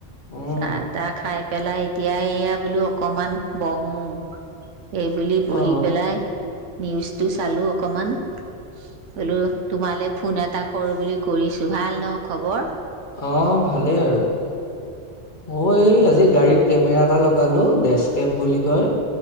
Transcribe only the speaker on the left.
উম
অ
অ', ভালেই আৰু। অ', এই আজি গাড়ী কেমেৰা এটা লগালো। 'ডেছকেম' বুলি কয়।